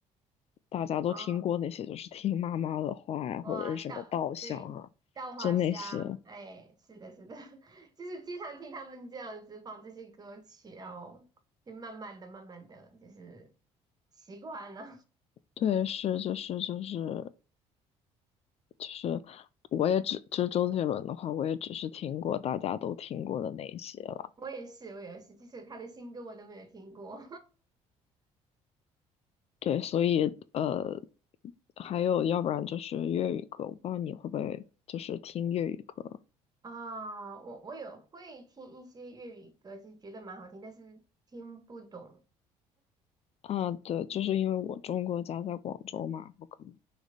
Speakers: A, on the left (about 50°); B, on the right (about 30°).
A: 大家都听过那些，
B: 哦，
A: 就是听妈妈的话呀，或者是什么稻香啊，
B: 花稻，对，稻花香，
A: 就那些。
B: 哎，是的，是的，<laughs> 就是经常听他们这样子放这些歌曲，然后就慢慢的、慢慢的就是习惯了。
A: 对，是就是就是就是，我也只就是周杰伦的话，我也只是听过大家都听过的那一些了。
B: <laughs> 我也是，我也是，就是他的新歌我都没有听过
A: 对，所以呃，还有要不然就是粤语歌，我不知道你会不会就是听粤语歌
B: <laughs> 啊。我我有会听一些粤语歌，其实觉得蛮好听，但是听不懂。
A: 啊？对，就是因为我中国家在广州嘛，我可能